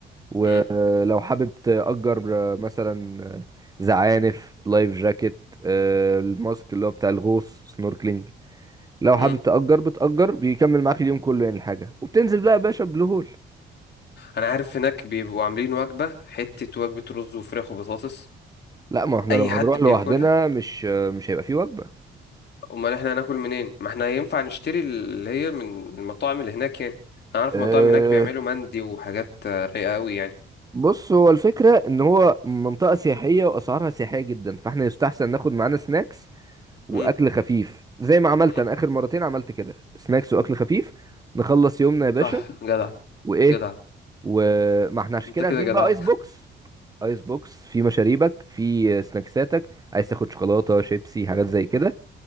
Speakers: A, on the right; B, on the left.
A: ولو
B: امم
A: حابب تأجر آه، مثلا آه، زعانف لايف جاكيت آه، الماسك اللي هو بتاع الغوص سنوركلينج لو
B: امم
A: حابب تأجر بتأجر بيكمل معاك اليوم كله يعني الحاجة وبتنزل بقى يا باشا بلو هول
B: انا عارف هناك بيبقوا عاملين وجبة حتة وجبة رز وفراخ وبطاطس
A: لا ما احنا
B: اي
A: لو هنروح
B: حد بياكلها
A: لوحدنا مش آه، مش هيبقى فيه وجبة
B: امال احنا هناكل منين ما احنا هينفع نشتري اللي هي من من المطاعم اللي هناك يعني انا عارف
A: أه
B: المطاعم هناك بيعملوا مندي وحاجات آه، رايقه قوي يعني
A: بص هو الفكرة ان هو منطقة سياحية واسعارها سياحية جدا فاحنا يستحسن ناخد معانا سناكس واكل
B: امم
A: خفيف زي ما عملت
B: أمم.
A: انا اخر مرتين عملت كده سناكس واكل خفيف نخلص يومنا يا باشا
B: صح جدع
A: وايه
B: جدع
A: وما احنا عشان
B: انت
A: كده
B: كده
A: واخدين
B: جدع
A: بقى ايس بوكس ايس بوكس في مشاريبك في سناكساتك عايز تاخد شوكولاتة شيبسي حاجات زي كده